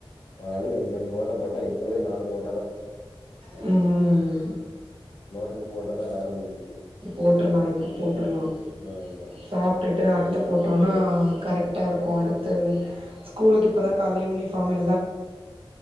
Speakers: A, on the left (about 55°); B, on the right (about 75°).
A: ஆளுக்கு ரெண்டு ரெண்டு நோட்டு போட்ட ட்ட இருக்கறத நாலு நாள்
B: ம்
A: க்கு போட்டனா வேல முடியு
B: போட்டுரலா இப்போ போட்டுரலா
A: ஆமா.
B: சாப்ட்டுட்டு
A: போட்டு
B: அட்ட
A: இதுக்கு
B: போட்டோனா
A: போட்டு
B: கரெட்டா இருக்கு அடுத்து கூல்க்கு இப்ப. தா கால்ல யூனிஃபார்ம்ம